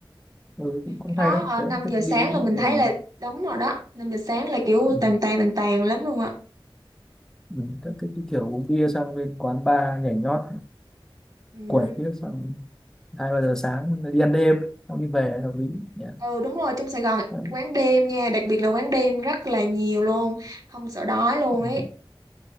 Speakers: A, in the centre; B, on the right.
A: ừ, cũng cũng
B: cái đó
A: hay đấy
B: ờ,
A: tớ
B: 5
A: cũng thích
B: giờ
A: đi
B: sáng là mình
A: kiểu
B: thấy là đóng rồi đó 5 giờ sáng là kiểu
A: ừ.
B: tàn tàn tàn tàn lắm luôn á
A: Ừ. tớ thích đi kiểu uống bia sang bên quán bar nhảy nhót
B: ừ.
A: quẩy bia sang hai ba giờ sáng đi ăn đêm xong đi về hợp lý nhỉ
B: Ừ đúng rồi trong Sài Gòn
A: ừ,
B: quán đêm nha đặc biệt là quán đêm rất là nhiều luôn không sợ đói luôn
A: ừ,
B: ấy